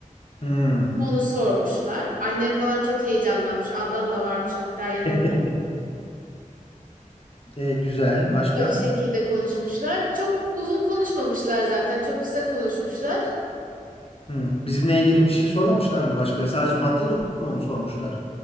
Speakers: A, on the left (about 45°); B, on the right (about 75°).
A: Hmm.
B: Onu sormuşlar. Annem falan çok heyecanlanmış. Ablam da varmış hatta yanında.
A: <laughs> E, güzel. Başka?
B: O şekilde konuşmuşlar. Çok uzun konuşmamışlar zaten. Çok kısa konuşmuşlar.
A: Hmm. Bizimle ilgili bir şey sormamışlar mı başka? Sadece maddi durumu mu sormuşlar?